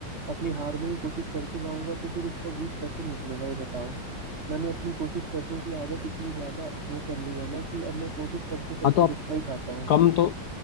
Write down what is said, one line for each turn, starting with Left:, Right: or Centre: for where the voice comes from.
Right: अपनी हार में ही कोशिश करते जाऊंगा तो फिर उसका जीत कैसे निकलेगा ये बताओ मैंने अपनी कोशिश करने की आदत इतनी ज्यादा वो कर ली है ना कि अब मैं कोशिश करते करते
Left: हाँ तो आप
Right: गुटखा ही खाता हूँ
Left: कम तो